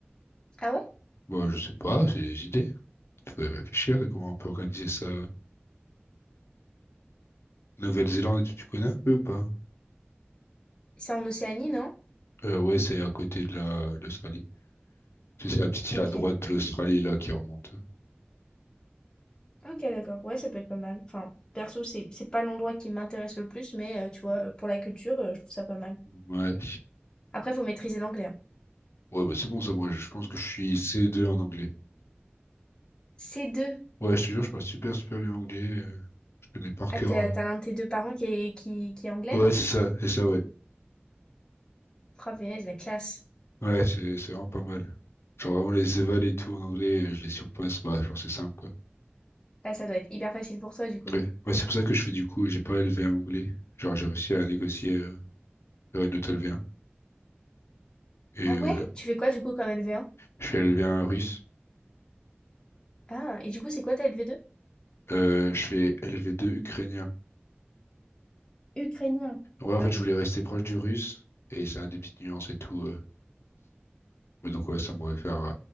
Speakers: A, on the left (about 20°); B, on the left (about 80°).
A: Ah ouais?
B: Bon, je sais pas, c'est des idées. Il faudrait réfléchir de comment on peut organiser ça. Nouvelle-Zélande et tout, tu connais un peu ou pas?
A: C'est en Océanie, non?
B: Euh, ouais, c'est à côté de la, de l'Australie. Tu sais, C'est la petite île
A: Ok.
B: à droite de l'Australie, là, qui remonte.
A: Ok, d'accord. Ouais, ça peut être pas mal. Enfin, perso, c'est c'est pas l'endroit qui m'intéresse le plus, mais euh, tu vois, euh, pour la culture, euh, je trouve ça pas mal.
B: Ouais.
A: Après, faut maîtriser l'anglais. hein.
B: Ouais, bah c'est bon ça, moi, je pense que je suis C2 en anglais.
A: C2.
B: Ouais, je te jure, je parle super, super bien anglais. euh, Je connais par
A: Ah,
B: cœur.
A: t'as
B: euh.
A: t'as l'un de tes deux parents qui est, qui, qui est anglais,
B: Ouais,
A: non?
B: c'est ça, c'est ça, ouais.
A: Oh punaise, la classe.
B: Ouais, c'est c'est vraiment pas mal. Genre vraiment les évals et tout en anglais, euh, je les surpasse, bah genre c'est simple quoi.
A: Ah, ça doit être hyper facile pour toi, du coup.
B: Ouais, ouais c'est pour ça que je fais du coup, j'ai pas élevé un anglais. Genre j'ai réussi à négocier euh, faire une note LV1. Et
A: Ah ouais?
B: voilà.
A: Tu fais quoi, du coup, comme lv un
B: Je fais LV1 russe,
A: Ah, et du coup, c'est quoi ta lv deux
B: euh, je fais LV2 ukrainien.
A: Ukrainien.
B: Ouais en
A: Ah
B: fait
A: oui.
B: je voulais rester proche du russe et ça a des petites nuances et tout. euh. Mais donc ouais ça m'aurait fait euh,